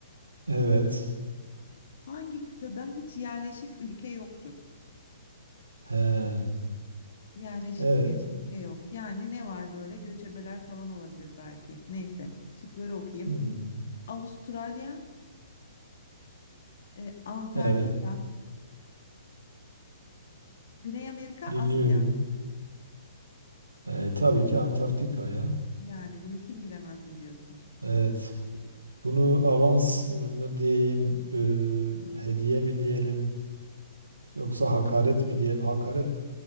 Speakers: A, on the right (about 70°); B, on the left (about 50°).
A: Evet.
B: Hangi kıtada hiç yerleşik ülke yoktur?
A: He.
B: Yerleşik
A: Evet.
B: bir ülke yok. Yani ne var böyle? Göçebeler falan olabilir belki. Neyse, şıkları okuyayım.
A: Hmm.
B: Avustralya, e, Antarktika,
A: Evet.
B: Güney Amerika, Asya.
A: Dinliyorum. E, tabii ki Antarktika ya.
B: Yani bunu kim bilemez mi diyorsun?
A: Evet. Bunu avans mı diyeyim, e, hediye mi diyelim, yoksa hakaret mi diyelim? Hakaret